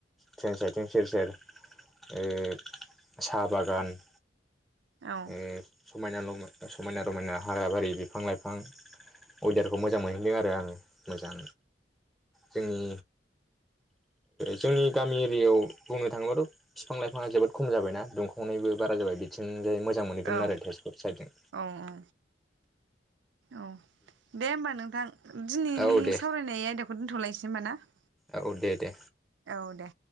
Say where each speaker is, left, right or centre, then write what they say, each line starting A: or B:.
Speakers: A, in the centre; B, on the right (about 80°).
A: ट्रेन साइथिं सेर सेर ओ साहा बागान-
B: औ
A: ओ समायना समायना रमायना ह्रागा बारि बिफां लाइफां वेदारखौ मोजां मोनहैदों आरो आङो मोजां जोंनि जोंनि गामि एरियायाव बुंनो थाङोबाथ' बिफां लाइफाङा जोबोद खम जाबायना दुंखावनायबो बारा जाबाय बिथिं जै मोजां मोनहैदोंमोन
B: औ
A: आरो तेजपुर साइदजों
B: औ औ औ दे होमबा नोंथां दिनैनि
A: औ दे
B: सावरायनाय आयदाखौ दोनथ'लायसै <unintelligible>
A: औ दे दे
B: औ दे